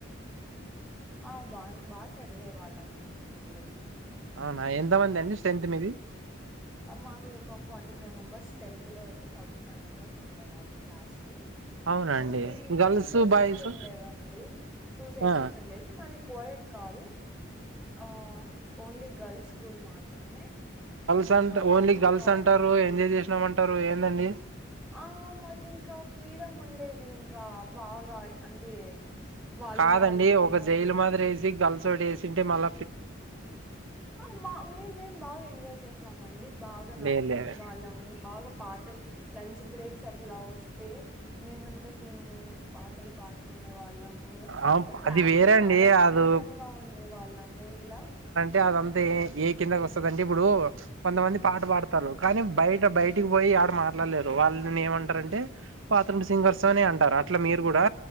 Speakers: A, in the centre; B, on the right.
A: ఆ బాన్ బా చదివే వాళ్ళం అండి స్కూల్లో
B: అవునా ఎంతమంది అండి స్ట్రెంత్ మీది?
A: మాది ఒక ఫార్టీ ఫైవ్ మెంబర్స్ టెన్త్ లో పెట్టి ఫార్టీ ఫైవ్ మెంబర్స్ ఉండే వాళ్ళు క్లాస్ కి
B: అవునండి
A: మదీ
B: గర్ల్స్
A: టూ సెక్షన్స్
B: బాయ్స్
A: ఉండేవండి, టూ సెక్షన్స్
B: ఆ
A: ఉండేది మది కోయిడ్ కాదు ఆ ఓన్లీ గర్ల్స్ స్కూల్ మాత్రమే.
B: సంట
A: సో మాకు
B: ఓన్లీ
A: ఇంకా
B: గర్ల్స్ అంటారు ఎ ఎంజాయ్ చేసినామంటారు ఏందండి?
A: ఆ మాకింకా ఫ్రీడమ్ ఉండేది ఇంకా బాగా అంటే వాళ్ళున్నారు
B: కాదండి
A: వీళ్ళున్నారు
B: ఒక జైలు మాదిరి గల్స్ తోటే చేసింటే మళ్ల
A: అహ మా మేం మేం బాగా ఎంజాయ్ చేసామండి బాగా నవ్వుకునే
B: లేదు లేదు
A: వాళ్ళము బాగా పాటలు లం చ్ బ్రేక్స్ అట్లా వస్తే, మేమంతకు మేము పాటలు పాడుకునే వాళ్ళం మూ
B: ఆ,
A: క్లాస్
B: అది వేరే
A: లో చాలా
B: అండి
A: ఫ్రీడమ్
B: అది
A: గా ఉం డే వాళ్ళము ఇలా
B: టే అదంతా ఎ ఏ కిందకి వస్తదంటే ఇప్పుడు కొంతమంది పాట పాడుతారు కానీ బయట బయటకి పోయి ఆడ మాట్లాడలేరు వాళ్ళనీ ఏమంటారంటే పాత్రూమ్ సింగర్స్ అని అంటారు. అట్లా మీరు కూడా